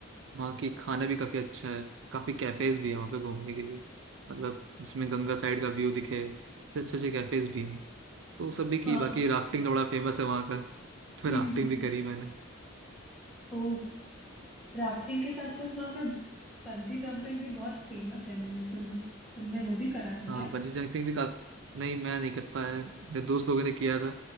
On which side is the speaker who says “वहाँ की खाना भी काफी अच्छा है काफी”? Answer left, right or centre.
Right